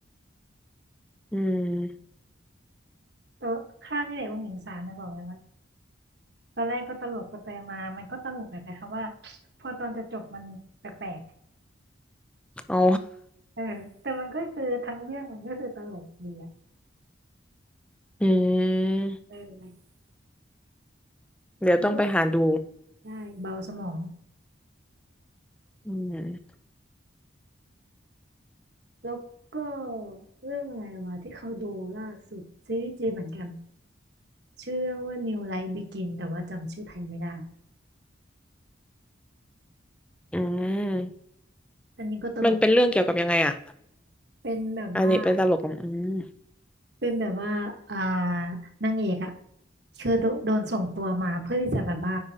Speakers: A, in the centre; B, on the right (about 55°).
A: อืม
B: เออข้านี่แหละองค์หญิงสารนะบอกเลยว่าตอนแรกก็ตลกไปไปมามันก็ตลกแหละแต่ค่ะว่าพอตอนจะจบมันแปลก
A: เอา
B: ๆเออแต่มันก็คือทั้งเรื่องมันก็คือตลกดีอ่ะ
A: <laughs> อืม
B: เออ
A: เดี๋ยวต้องไปหาดู
B: มันก็ ใช่เบาสมอง
A: อืม
B: แล้วก็เรื่องอะไรวะที่เขาดูล่าสุดซีรีส์จีนเหมือนกันชื่อเรื่องว่า New Life Begin แต่ว่าจำชื่อไทยไม่ได้
A: อืม
B: อันนี้ก็ตลก
A: มันเป็นเรื่องเกี่ยวกับยังไงอ่ะ
B: เป็นแบบว่า
A: อันนี้เป็นตลกอะอืม
B: เป็นแบบว่าอ่านางเอกอะคือโดโดนส่งตัวมาเพื่อที่จะแบบว่า